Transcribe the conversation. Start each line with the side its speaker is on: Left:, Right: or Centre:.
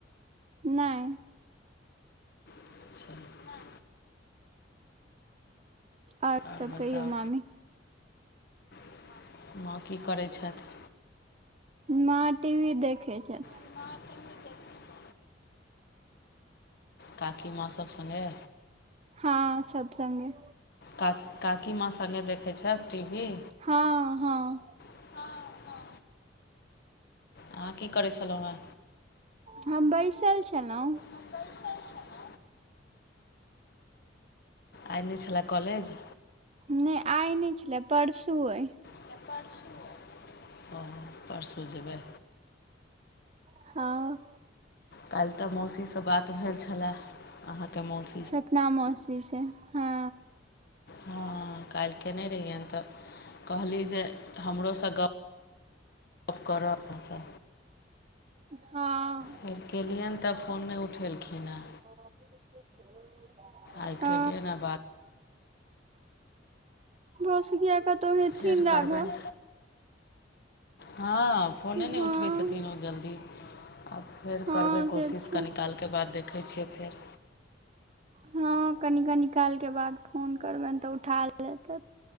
Right: नय
Left: <inaudible>
Right: ओर
Left: आओर
Right: तब
Left: बताउ
Right: कहि हो मामी
Left: <inaudible> माँ की करै छथि
Right: माँ टी वी देखै छैथ
Left: <inaudible> काकी माँ सब सँगे
Right: हँ सब सँगे
Left: क काकी माँ संगे देखैत छथि टी वी
Right: हँ हँ
Left: अच्छा अहाँ की करै छलो हेँ
Right: हम बैसल छलो
Left: वबसइ छलो आइ नय छलै कॉलेज
Right: नय आइ नय छलै परसू अइ
Left: <inaudible> हँ परसू जेबै
Right: हँ
Left: काल्ह तऽ मौसीसँ बात भेल छलए अहाँके मौसी
Right: सपना मौसी छै हँ
Left: हँ काल्ह कयने रहियनि तऽ कहली जे हमरोसँ गप् <inaudible> कर अपनासँ
Right: हँ
Left: फेर केलियनि तऽ फोन नय उठेलखिन हँ
Right: <inaudible>
Left: आइ केलियए
Right: अ
Left: ने य बात
Right: <unintelligible>
Left: फेर
Right: राघव
Left: करबनि हँ फोने
Right: हँ
Left: नहि उठबै छथिन। तीनोू जल्दी आ फेर
Right: हँ
Left: करबै
Right: से
Left: कोशिश
Right: छै
Left: कनीिकालके बाद देखै छियै फेर।
Right: हँ कनि क निकालके बाद फोन करबनि तऽ उठा लेत।